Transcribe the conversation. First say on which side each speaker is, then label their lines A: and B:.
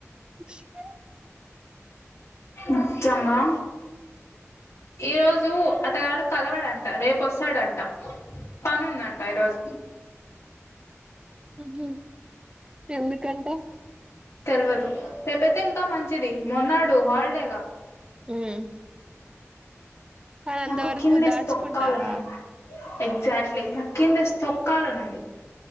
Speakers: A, on the right; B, on the left.
A: సరే
B: ముచ్చంగా ఈరోజు అతగాడు కలవాడంట రేపుొస్తాడంట పని ఉందంట ఈరోజు
A: హ ఎందుకంటా
B: తెలియదు రేపయితే ఇంకా మంచిది మొన్నాడు హాలిడేగా
A: హ్మ్మ్ కానీ అంతవరకు
B: నాకు కిందేసి
A: దాచుకుంటావా
B: తొక్కాలని ఎగ్జాక్ట్లీ నా కింద తొక్కలు అని ఉంది